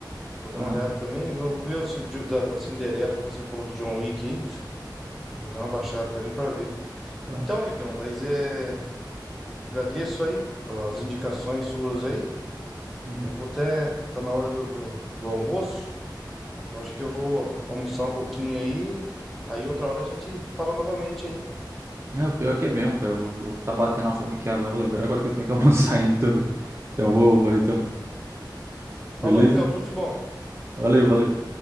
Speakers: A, in the centre; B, on the right (about 35°).
A: Vou dar
B: Aham,
A: uma olhada também, vou ver se de- da, da Cinderela que você falou do John Wick aí. Vou dar uma baixada também pra ver.
B: pronto.
A: Então, amigão, mas é... Agradeço aí ó, as indicações suas aí.
B: Uhum.
A: Eu vou até... Tá na hora do, do do almoço. Eu acho que eu vou almoçar um pouquinho aí. Aí outra hora a gente fala novamente aí.
B: É, o pior é que é mesmo, cara. Eu tô, tá batendo a fome aqui agora, lembrar agora que eu tenho que almoçar <laughs> ainda também. Então eu vou, vou ali também.
A: Falou,
B: Beleza?
A: amigão, tudo de bom.
B: Valeu, valeu.